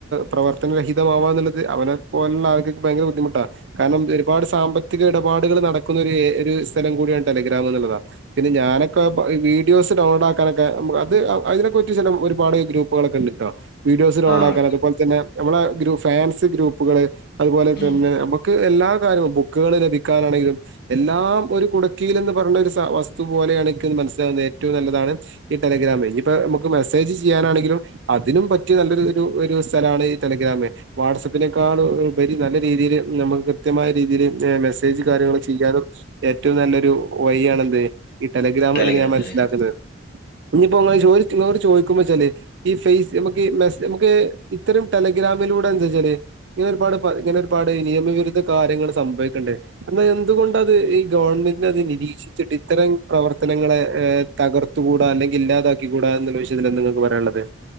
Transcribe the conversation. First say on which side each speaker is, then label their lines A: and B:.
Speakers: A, on the right; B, on the left.
A: പ്രവർത്തനരഹി പോകാന്നുള്ളത് അവനെ പോലുള്ള ആൾക്ക് ആ ഭയങ്കര ബുദ്ധിമുട്ടാണ് കാരണം ഒരുപാട് സാമ്പത്തിക ഇടപാടുകൾ നടക്കുന്നു ഒരു ഒരു സ്ഥലം കൂടിയ ടെലഗ്രാം എന്നുള്ളതാ പിന്നെ ഞാനൊക്കെ വീഡിയോസ് ഡൗൺലോഡ് ആക്കാനൊക്കെ മു അത് അതിനെക്കെറിച്ച് ചില ഒരുപാട് ഗ്രൂപ്പുകളൊക്കെണ്ടിട്ട വീഡിയോസ് ലോടാക്കൻ
B: ആഹ്
A: അതുപോലെ തന്നെ നമ്മളെ ഗ്രൂ ഫാൻസ് ഗ്രൂപ്പുകള് അതുപോലെ
B: ഉം
A: തന്നെ നമുക്ക് എല്ലാ കാര്യവും ബുക്കുകള് ലഭിക്കാനാണെങ്കിലും എല്ലാം ഒരു കുടക്കിയിൽ എന്ന് പറഞ്ഞുന്ന ഒരു വസ്തു പോലെയണിക്കന്ന് മനസ്സിലാകുന്നത് ഏറ്റവും നല്ലതാണ് ഈ ടെല ടെലിഗ്രാം ഇനിയിപ്പം നമുക്ക് മെസ്സേജ് ചെയ്യാനാണെങ്കിലും അതിനും പറ്റിയ നല്ലൊരു ഒരു സ്ഥലാണ് ടെലഗ്രാമ് വാട്സആപ്പിനേക്കാളും ഉപരി നല്ല രീതിയില് നമുക്ക് കൃത്യമായ രീതിയില് മെസ്സേജ് കാര്യങ്ങള് ചെയ്യാൻ ഏറ്റവും നല്ലൊരു വഴിയാണെന്ത് ഈ ടെലിഗ്രാം
B: ടെലഗ്രാം
A: എന്ന് ഞാൻ മനസ്സിലാക്കുന്നത്
B: ടെലഗ്രാം
A: ഇനിയിപ്പോനെ ചോട് ചോദിക്കുമ്പോ വെച്ചാല് ഈ ഫേസ് നമുക്ക് മെസ് നമുക്ക് ഇത്തരം ടെ ഗ്രാമില ന്താവെച്ചാല് ഇങ്ങനെ ഒരുപാട് ഇങ്ങനെ ഒരുപാട് നിയമവിരുദ്ധ കാര്യങ്ങള് സംഭവിക്കണ്ട് എന്നാ എന്തുകൊണ്ടാ ത് ഈ ഗവൺമെന്റിന് അത് നിരീക്ഷിച്ചിട്ട് ഇത്തരം പ്രവർത്തനങ്ങളെ ഏ തകർത്തുകൂടാ അല്ലെങ്കി ഇല്ലാ ദ്ധാക്കിക്കൂടാ എന്നുള്ള വിശയത്തിൽ എന്താ നിങ്ങക്ക് പറയാനുള്ളത്